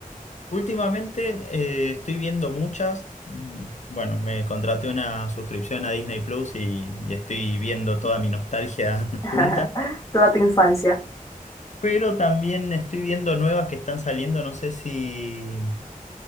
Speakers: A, on the left; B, on the left.
A: Últimamente eh, estoy viendo muchas. Mm, Bueno, me contraté una suscripción a Disney Plus y, y estoy viendo toda mi nostalgia <laughs> junta.
B: <laughs> Toda tu infancia.
A: Pero también estoy viendo nuevas que están saliendo, no sé si...